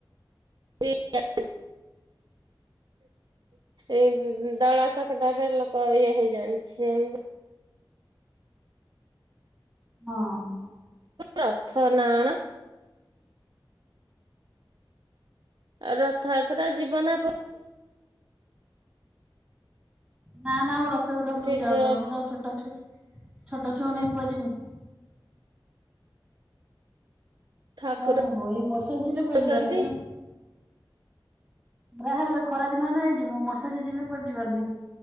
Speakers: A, on the right; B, in the centre.
A: ଠିକ୍। ଏଇ ଦଳା ଚକଟାରେ ଲୋକ ଇଏ ହେଇ ଜାଣିଛି ଏମିତି
B: ହଁ।
A: ରଥ ନା କଣ? ଆ ରଥଯାତ୍ରା ଜୀବନ
B: ନା ନା ଆମ ରଥଯାତ୍ରା ପୁରୀ
A: ନିଜ
B: ଯାଉନୁ ଆମର ଛୋଟ ଛୁ ଛୋଟ ଛୁଆ କୁ ନେଇ କୁଆଡେଜିମୁଁ।
A: ଠାକୁର
B: ହୋଉ ଏଇ ବର୍ଷା ଦିନେ କୁଆ
A: ଅଛନ୍ତି।
B: ଯିବ ନାଇଁ ପୁଣି ବାହାରେ ଖରା ଦିନ ହେଲେ ଯାଇଁ ଯିବୁ ବର୍ଷା ସିଜିନି ରେ କୁଆଡେ ଯିବାର ନାହିଁ।